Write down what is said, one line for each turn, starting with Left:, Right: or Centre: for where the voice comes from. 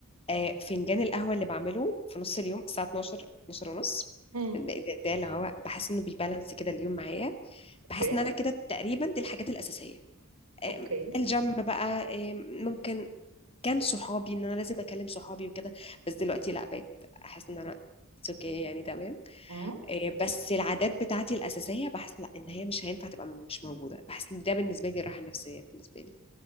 Left: آه، فنجان القهوة اللي بعمله في نص اليوم الساعة 12 12 ونص
Right: هم.
Left: ده, ده ده اللي هو بحس انه بيبالانس كده اليوم معايا
Right: اوكي
Left: بحس ان انا كده تقريبا دي الحاجات الأساسية آم،
Right: اوكي
Left: الجيم بقى آم، ممكن كان صحابي ان انا لازم اكلم صحابي وكده بس دلوقتي لا بقيت احس ان انا اتس اوكي يعني تمام
Right: هم؟
Left: آه، بس العادات بتاعتي الأساسية بحس لا ان هي مش هينفع تبقى مش موجودة بحس ان ده بالنسبة لي الراحة النفسية بالنسبة لي